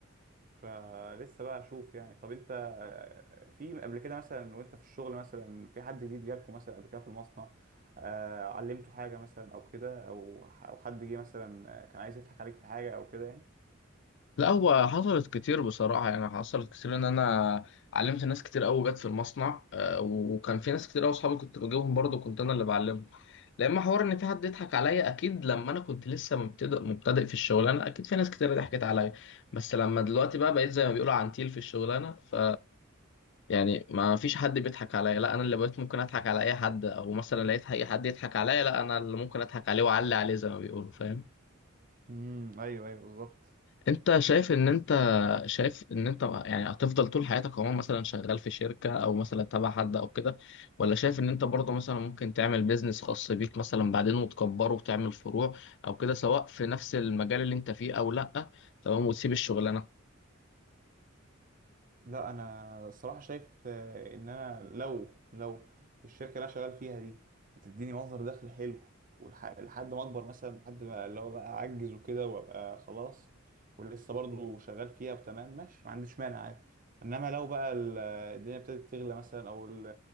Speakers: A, on the right; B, on the left.
A: فلسه بقى اشوف يعني طب انت آه، في قبل كده مثلا وانت في الشغل مثلا في حد جديد جالكوا مثلا قبل كده في المصنع آه، علمته حاجة مثلا او كده او ح- او حد جه مثلا آه، كان عايز يضحك عليك في حاجة او كده يعني
B: لا هو حصلت كتير بصراحة يعني حصلت كتير ان انا علمت ناس كتير قوي جت في المصنع آه، وكان في ناس كتير قوي اصحابي كنت بجيبهم برضه كنت انا اللي بعلمهم لما حوار ان في حد يضحك عليا اكيد لما انا كنت لسه مبتدئ مبتدئ في الشغلانه اكيد في ناس كتير ضحكت عليا بس لما دلوقتي بقى بقيت زي ما بيقولوا عنتيل في الشغلانه ف يعني ما فيش حد بيضحك عليا لا انا اللي بقيت ممكن اضحك على اي حد او مثلا لقيت اي حد يضحك عليا لا انا اللي ممكن اضحك عليه واعلي عليه زي ما بيقولوا فاهم
A: امم ايوه ايوه بالظبط
B: انت شايف ان انت شايف ان انت يعني هتفضل طول حياتك عموما مثلا شغال في شركة او مثلا تبع حد او كده ولا شايف ان انت برضه مثلا ممكن تعمل بيزنس خاص بيك مثلا بعدين وتكبره وتعمل فروع او كده سواء في نفس المجال اللي انت فيه او لا تمام وتسيب الشغلانة
A: لا انا الصراحه شايف آه، ان انا لو لو الشركه اللي انا شغال فيها دي بتديني مصدر دخل حلو والح- لحد ما اكبر مثلا لحد ما اللي هو بقى اعجز وكده وابقى خلاص ولسه برضو شغال فيها تمام ماشي ما عنديش مانع عادي انما لو بقى ال- الدنيا ابتدت تغلى مثلا او ال-